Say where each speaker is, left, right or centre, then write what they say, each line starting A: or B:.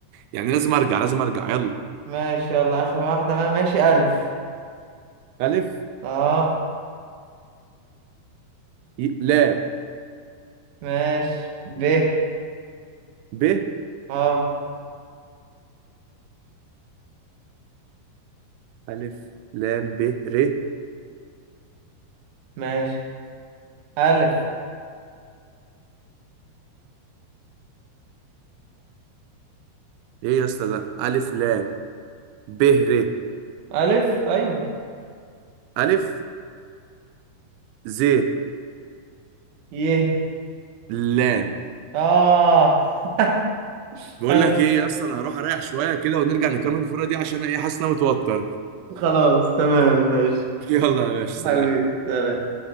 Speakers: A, on the right; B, on the right.
A: يعني لازم ارجع لازم ارجع يلا
B: ماشي يلا آخر واحدة بقى ماشي ألف
A: ألف
B: اه
A: ي- لام
B: ماشي ب
A: ب
B: اه
A: ألف لام ب ر
B: ماشي ألف
A: ايه يا اسطى ده الف لام ب ر
B: ألف أيوه
A: الف ز
B: يه
A: لام
B: آه <laughs>
A: بقول
B: أنا
A: لك ايه يا اسطى انا هروح اريح شويه كده ونرجع نكمل الفوره دي عشان ايه حاسس إن انا متوتر
B: خلاص تمام ماشي
A: <laughs> يلا يا باشا سلام
B: حبيبي سلام